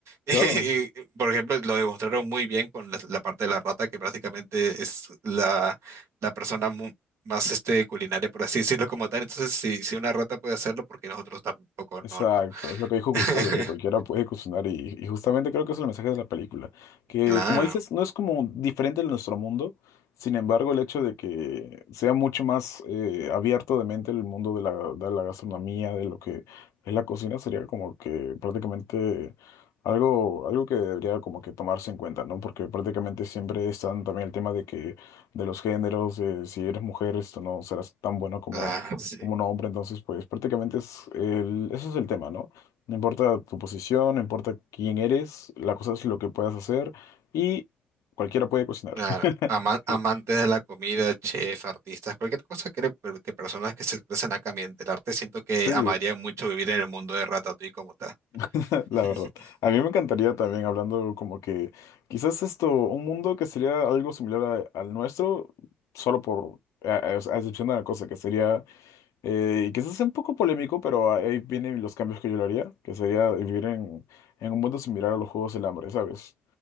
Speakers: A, on the right (about 60°); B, on the left (about 70°).
A: <laughs>
B: claro.
A: Y, por ejemplo, lo demostraron muy bien con la, la parte de la rata, que prácticamente es la, la persona mu- más este, culinaria, por así decirlo, como tal. Entonces, si, si una rata puede hacerlo, porque nosotros tampoco
B: Exacto,
A: no, ¿no?
B: es lo que dijo Gusteau,
A: <laughs>
B: de que cualquiera puede cocinar y, y justamente creo que es el mensaje de la película, que
A: Claro,
B: como dices, no es como diferente de nuestro mundo, sin embargo el hecho de que sea mucho más eh, abierto de mente el mundo de la, de la gastronomía, de lo que es la cocina, sería como que prácticamente algo, algo que debería como que tomarse en cuenta, ¿no? Porque prácticamente siempre están también el tema de que de los géneros, de si eres mujer, esto no serás tan bueno como
A: claro, sí.
B: como un hombre, entonces pues prácticamente es el, eso es el tema, ¿no? No importa tu posición, no importa quién eres, la cosa es lo que puedas hacer y cualquiera puede cocinar.
A: Claro,
B: <laughs>
A: ama- amantes
B: Sí,
A: de la comida, chef, artistas, cualquier cosa que, que personas que se expresan acá en el arte, siento que
B: Sí,
A: amarían mucho vivir en el mundo de Ratatouille como tal.
B: <laughs> la
A: <laughs>
B: verdad. A mí me encantaría también hablando como que quizás esto, un mundo que sería algo similar a- al nuestro, solo por, a, a- a excepción de una cosa, que sería, eh, y quizás sea un poco polémico, pero ahí vienen los cambios que yo le haría, que sería vivir en, en un mundo similar a los Juegos del Hambre, ¿sabes?